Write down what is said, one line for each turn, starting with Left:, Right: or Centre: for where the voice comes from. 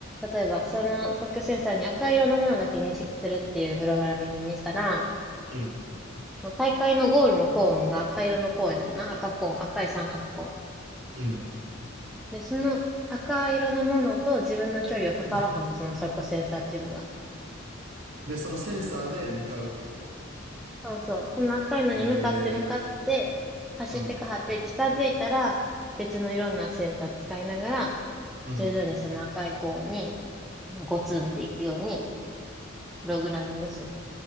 Centre: 例えばその即興センサーに赤色のものだけ認識するっていうプログラミングにしたら、
Right: うん、
Centre: 大会のゴールのコーンが赤色のコーンやねんな。赤コーン、赤い三角コーン。
Right: うん。
Centre: で、その赤色のものと自分の距離を測らはんの、
Right: <laughs>
Centre: その即興センサーっていうのが。
Right: で、そのセンサーで向かうってこと
Centre: そうそう。その赤いのに向かって向かって、
Right: ええ
Centre: 走ってかはって近づいたら、
Right: ーうん、
Centre: 別のいろんなセンサー使いながら、
Right: うん。
Centre: 徐々にその赤い子にゴツンっていくように、プログラミングする。